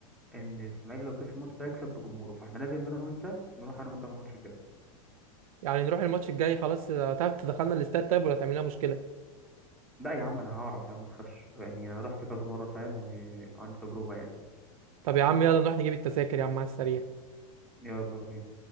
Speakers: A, in the centre; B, on the right.
A: إن إسماعيلي لو كسب الماتش ده هيكسب بجمهوره فإحنا لازم أنا وأنت نروح أنا وأنت الماتش الجاي
B: يعني نروح الماتش الجاي خلاص آه، هتعرف تدخلنا الاستاد طيب ولا تعمل لنا مشكله
A: لا يا عم أنا هعرف يا عم ما تخافش يعني أنا رحت كذا مرة فاهم وعندي تجربة يعني
B: طب يا عم يلا نروح نجيب التذاكر يا عم على السريع
A: يلا بينا